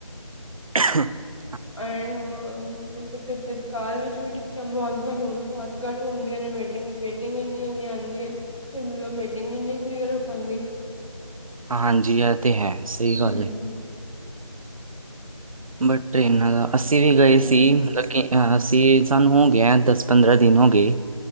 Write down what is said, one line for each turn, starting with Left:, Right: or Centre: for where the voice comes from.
Right: <unintelligible>
Left: <unintelligible> ਤਤਕਾਲ ਵਿੱਚ ਵੀ ਟਿਕਟ ਬਹੁਤ ਘੱਟ ਬਹੁਤ ਘੱਟ ਹੁੰਦੀਆਂ ਨੇ ਵੇਟਿੰਗ ਵੇਟਿੰਗ ਇਨੀ ਇਨੀ ਆਉਂਦੀ ਹੈ। ਵੈਟਿੰਗ ਇਨੀ ਕਲੀਅਰ ਹੋ ਪਾਂਦੀ
Right: ਹਾਂ ਹਾਂਜੀ ਇਹ ਤਾਂ ਹੈ ਸਹੀ
Left: ਹੂੰ,
Right: ਗੱਲ ਹੈ। ਬਟ ਟਰੇਨਾਂ ਦਾ ਅਸੀਂ ਵੀ ਗਏ
Left: ਹਾਂ,
Right: ਸੀ ਮਤਲਬ ਕਿ ਅਸੀਂ ਸਾਨੂੰ ਹੋ ਗਏ ਦਸ ਪੰਦਰਾਂ ਦਿਨ ਹੋ ਗਏ।